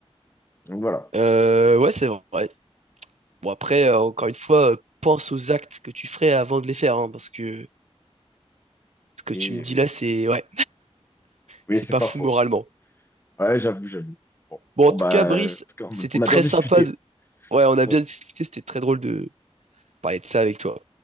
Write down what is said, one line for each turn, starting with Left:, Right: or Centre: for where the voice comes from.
Left: Donc voilà.
Right: Euh, ouais, c'est vrai. Bon, après, euh, encore une fois, euh, pense aux actes que tu ferais avant de les faire, hein, parce que ce que
Left: Et
Right: tu me dis
Left: oui,
Right: là, c'est ouais,
Left: oui,
Right: c'est
Left: c'est
Right: pas
Left: pas
Right: fou
Left: faux.
Right: moralement.
Left: Ouais, j'avoue, j'avoue. Bon,
Right: Bon,
Left: bon
Right: en tout
Left: bah,
Right: cas, Brice,
Left: en tout cas, on
Right: c'était
Left: on
Right: très
Left: a bien discuté.
Right: sympa. de- Ouais, on a
Left: Ouais.
Right: bien discuté, c'était très drôle de parler de ça avec toi.